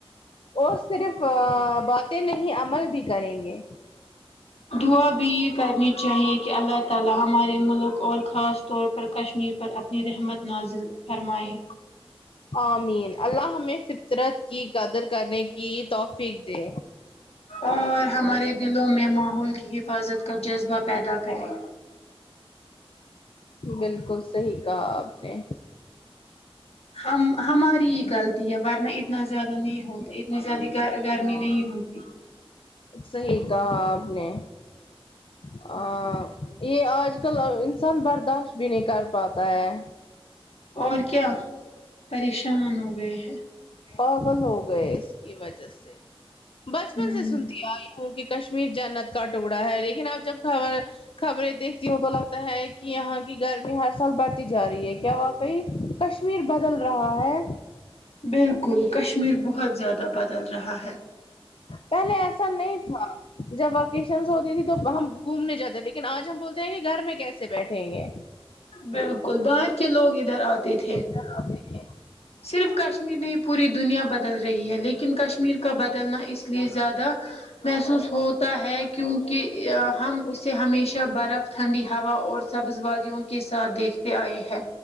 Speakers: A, on the left; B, on the left.
A: اور صرف باتیں نہیں عمل بھی کریں گے
B: دعا بھی یہ کرنی چاہیے کہ اللہ تعالی ہمارے ملک اور خاص طور پر کشمیر پر اپنی رحمت نازل فرمائے
A: آمین اللہ ہمیں فطرت کی قدر کرنے کی توفیق دے
B: اور ہمارے دلوں میں ماحول کی حفاظت کا جذبہ پیدا کریں
A: بالکل صحیح کہا آپ نے
B: ہم ہماری ہی غلطی ہے ورنہ اتنا زیادہ نہیں ہوتا اتنی زیادہ گ گرمی نہیں ہوتی
A: صحیح کہا آپ نے ا یہ آج کل انسان برداشت بھی نہیں کر پاتا ہے
B: اور کیا پریشان ہو گئے ہیں
A: پاگل ہو گئے اس کی وجہ سے بچپن
B: ہوں
A: سے سنتی آئی ہوں کہ کشمیر جنت کا ٹکڑا ہے لیکن اب جب خبر خبریں دیکھتی ہوں تو لگتا ہے کہ یہاں کی گرمی ہر سال بڑھتی جا رہی ہے کیا و بھائی کشمیر بدل رہا ہے
B: بالکل کشمیر بہت زیادہ بدل رہا ہے
A: پہلے ایسا نہیں تھا جب ویکیشنس ہوتی تھی تو ہم گھومنے جاتے تھے لیکن آج ہم بولتے ہیں کہ گھر میں کیسے بیٹھیں گے
B: بالکل باہر کے لوگ ادھر آتے تھے
A: ہاں دیکھے
B: صرف کش ابی بھی پوری دنیا بدل رہی ہے لیکن کشمیر کا بدلنا اس لیے زیادہ محسوس ہوتا ہے کیونکہ ہم اس سے ہمیشہ برف ٹھنڈی ہوا اور سبز وادیوں کے ساتھ دیکھتے آئے ہیں